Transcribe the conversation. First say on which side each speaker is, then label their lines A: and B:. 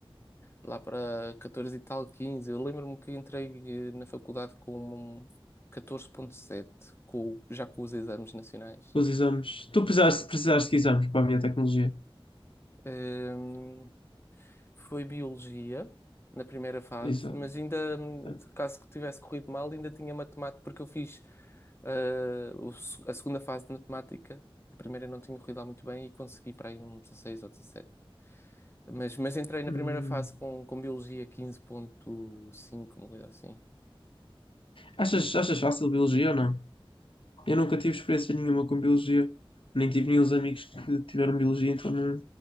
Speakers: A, on the left; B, on the left.
A: lá para 14 e tal, 15. Eu lembro-me que entrei eh, na faculdade com um 14,7, com, já com os exames nacionais.
B: Os exames. Tu precisaste, precisaste de exames para a minha tecnologia.
A: Ehm, Foi biologia na primeira fase,
B: Isso.
A: mas ainda, hum,
B: é.
A: caso que tivesse corrido mal, ainda tinha matemática, porque eu fiz ah, o se- a segunda fase de matemática. A primeira não tinha corrido lá muito bem e consegui para aí um dezasseis ou dezassete Mas, mas entrei na
B: Hum.
A: primeira fase com, com biologia quinze ponto cinco uma coisa assim.
B: Achas,
A: Foi.
B: achas fácil biologia ou não? Eu nunca tive experiência nenhuma com biologia. Nem tive nenhum amigos que tiveram biologia, então não,